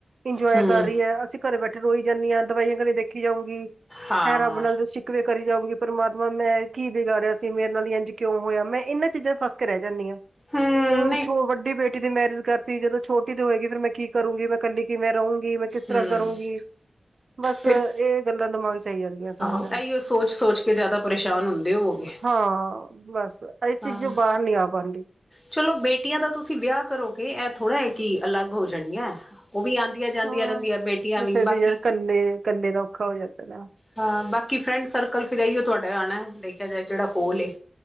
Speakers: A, on the right; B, on the left.
A: ਇੰਜੋਏ
B: ਹੂੰ
A: ਕਰ ਰਹੀ ਏ। ਅਸੀਂ ਘਰੇ ਬੈਠੇ ਰੋਈ ਜਾਂਦੀ ਹਾਂ ਦਵਾਈਆਂ ਕਰੇ ਦੇਖੀ ਜਾਊਂਗੀ।
B: ਹਾਂ
A: ਹੈ ਰੱਬ ਨਾਲ ਰੂਸੀ ਵੇ ਕਰੀ ਜਾਊਗੀ ਪਰਮਾਤਮਾ ਮੈਂ ਕੀ ਵਿਗਾੜਿਆ ਸੀ ਮੇਰੇ ਨਾਲ ਏਝ ਕਿਉਂ ਹੋਯਾ, ਮੈਂ ਇਹਨਾਂ ਚੀਜ਼ਾਂ ਚ ਫਸ ਕੇ ਰੇਹ ਜਾਣੀ ਆ।
B: ਹੂੰ
A: ਮੈਂ ਹੁਣ
B: ਨਹੀਂ
A: ਛੋ ਵੱਡੀ ਬੇਟੀ ਦੀ ਮੈਰਿਜ ਕਰਤੀ, ਜਦੋਂ ਛੋਟੀ ਤੇ ਹੋਏਗੀ ਫੇਰ ਮੈਂ ਕੀ ਕਰੂੰਗੀ ਮੈਂ ਕੱਲੀ ਕਿਵੇ ਰਹੂੰਗੀ, ਮੈਂ ਕਿਸ ਤਰ੍ਹਾਂ
B: ਹੂੰ
A: ਕਰੂੰਗੀ ਬਸ
B: ਫਿਰ
A: ਇਹ ਗੱਲਾਂ ਦਿਮਾਗ ਚ ਆਈ ਜਾਂਦੀ। ਸਾਰਾ
B: ਆਹੋ
A: ਦਿਨ,
B: ਇਹੀਓ ਸੋਚ-ਸੋਚ ਕੇ ਜ਼ਿਆਦਾ ਪਰੇਸ਼ਾਨ ਹੁੰਦੇ ਹੋਵੋਗੇ
A: ਹਾਂ ਬਸ। ਏਹੀ ਚੀਜ
B: ਹਾਂ।
A: ਚੋ ਬਾਰ ਨੀ ਆ ਪਾਂਦੀ।
B: ਚਲੋ ਬੇਟੀਆਂ ਦਾ ਤੁਸੀਂ ਵਿਆਹ ਕਰੋਗੇ ਏਹ ਥੋੜ੍ਹਾ ਐ ਕਿ ਅਲੱਗ ਹੋ ਜਾਣੀਆਂ। ਉਹ ਵੀ ਆਂਦੀਆਂ-ਜਾਂਦੀਆਂ
A: ਹਾਂ
B: ਰਹਿੰਦੀਆਂ ਬੇਟੀਆਂ
A: ਨਹੀਂ
B: ਵੀ
A: ਫਿਰ
B: ਬਾਕੀ
A: ਯਾਰ ਕੱਲੇ ਕੱਲੇ ਦਾ ਔਖਾ ਹੋ ਜਾਂਦਾ ਨਾ।
B: ਹਾਂ ਬਾਕੀ ਫਰੈਂਡ ਸਰਕਲ ਫਿਰ ਏ ਈ ਓ ਤੁਆਡਾ ਆਣਾ ਦੇਖਿਆ ਜਾਏ ਜੇੜਾ ਕੋਲ ਏ।